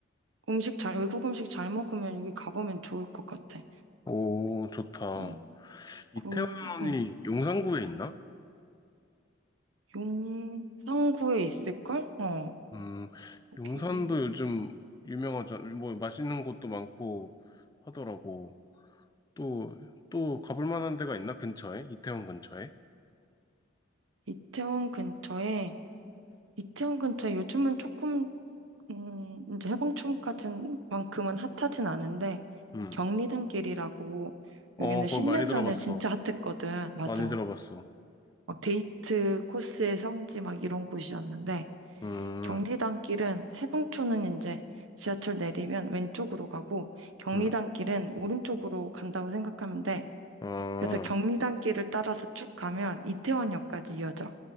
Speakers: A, on the right; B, on the left.
A: 음식 잘 외국 음식 잘 먹으면 여기 가보면 좋을 것 같아.
B: 오, 좋다.
A: 어,
B: 이태원이
A: 그 응.
B: 용산구에 있나?
A: 용산구에 있을걸? 어,
B: 음,
A: 여기
B: 용산도 요즘 유명하잖아. 뭐, 맛있는 곳도 많고 하더라고. 또, 또 가볼 만한 데가 있나? 근처에? 이태원 근처에?
A: 이태원 근처에 이태원 근처에 요즘은 조금 음, 이제 해방촌 같은 만큼은 핫하진 않은데
B: 음.
A: 경리단길이라고
B: 어,
A: 여기는
B: 거기
A: 10년
B: 많이 들어봤어.
A: 전에 진짜 핫했거든. 맞아.
B: 많이 들어봤어.
A: 막 데이트 코스의 성지 막 이런 곳이었는데
B: 음,
A: 경리단길은 해방촌은 이제 지하철 내리면 왼쪽으로 가고 경리단길은
B: 음,
A: 오른쪽으로 간다고 생각하면 돼.
B: 아,
A: 그래서 경리단길을 따라서 쭉 가면 이태원역까지 이어져.